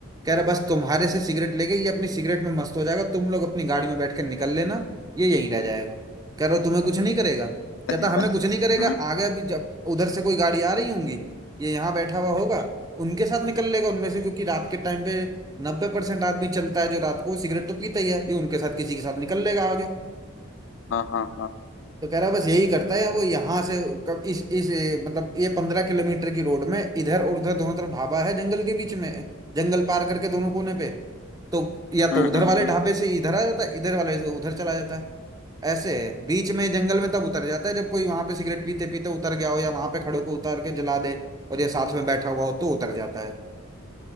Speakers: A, on the right; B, on the left.
A: कह रहे बस तुम्हारे से सिगरेट लेके ये अपनी सिगरेट में मस्त हो जाएगा तुम लोग अपनी गाड़ी में बैठ कर निकल लेना ये यहीं रह जाएगा कह रहे तुम्हें कुछ नहीं करेगा कहता
B: अरे
A: हमें
B: वाह
A: कुछ नहीं करेगा
B: हाँ
A: आगे अभी जब उधर से कोई गाड़ी आ रही होंगी ये यहाँ बैठा हुआ होगा उनके साथ निकल लेगा उनमें से क्योंकि रात के टाइम पे नब्बे परसेंट आदमी चलता है जो रात को सिगरेट तो पीता ही है ये उनके साथ किसी के साथ निकल लेगा आगे
B: हाँ
A: तो कह रहा है बस यही करता है वो यहाँ से कब इस इस ए, मतलब ये पंद्रह किलोमीटर की रोड में इधर और उधर दोनों तरफ ढाबा है जंगल के बीच में जंगल पार करके दोनों कोने पे तो या
B: हाँ
A: तो उधर वाले ढाबे से इधर आ जाता है इधर वाले से उधर चला जाता है ऐसे है बीच में जंगल में तब उतर जाता है जब कोई वहां पे सिगरेट पीते पीते उतर गया हो या वहां पे खड़े को उतार के जला दे और ये साथ में बैठा हुआ हो तो उतर जाता है